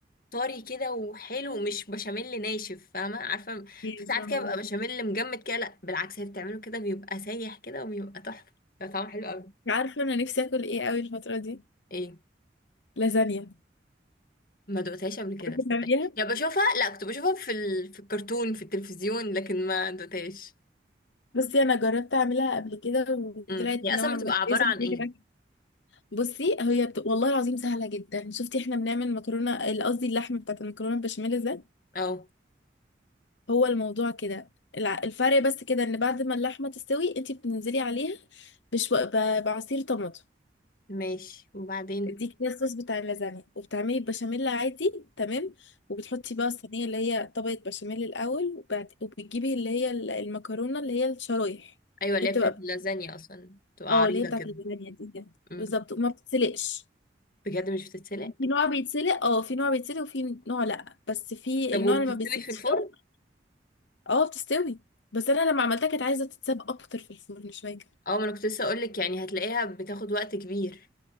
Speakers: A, on the left; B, on the left.
A: طري كده وحلو مش بشاميل ناشف فاهمة عارفة
B: إيه،
A: في ساعات
B: فاهمة
A: كده بيبقى
B: قصدي.
A: بشاميل مجمد كده لا بالعكس هي بتعمله كده بيبقى سايح كده وبيبقى تحفة بيبقى طعمه حلو قوي
B: مش عارفة انا نفسي اكل ايه قوي الفترة دي
A: ايه
B: لازانيا
A: ما دقتهاش قبل كده
B: بتعمليها
A: صدقني يا بشوفها لا كنت بشوفها في ال... في الكرتون في التلفزيون لكن ما دقتهاش
B: بصي انا جربت اعملها قبل كده وطلعت
A: امم هي
B: نوعا
A: اصلا بتبقى
B: ما كويسة
A: عبارة عن
B: بس هي
A: ايه
B: كانت بصي هي بت... والله العظيم سهله جدا شفتي احنا بنعمل مكرونه ال- قصدي اللحم بتاعت المكرونه البشاميل ده
A: اه
B: هو الموضوع كده الع- الفرق بس كده ان بعد ما اللحمه تستوي انت بتنزلي عليها بشو... ب... بعصير طماطم
A: ماشي وبعدين
B: دي كده الصوص بتاع اللازانيا وبتعملي البشاميل عادي تمام وبتحطي بقى الصينيه اللي هي طبقه بشاميل الاول وبعد... وبتجيبي اللي هي ال- المكرونه اللي هي الشرايح
A: ايوه اللي
B: هي بتبقى
A: هي بتاعت اللازانيا اصلا تبقى
B: اه
A: عريضه
B: اللي هي بتاعت
A: كده
B: اللازانيا دي كده
A: امم
B: بالظبط وما بتتسلقش
A: بجد مش بتتسلق
B: في نوع بيتسلق اه في نوع بيتسلق وفي نوع لا بس في
A: طب
B: النوع
A: وبتستوي
B: اللي ما بيتسلقش
A: في الفرن
B: قوي، اه بتستوي بس انا لما عملتها كانت عايزه تتساب اكتر في الفرن شويه كده
A: اه ما انا كنت لسه اقول لك يعني هتلاقيها بتاخد وقت كبير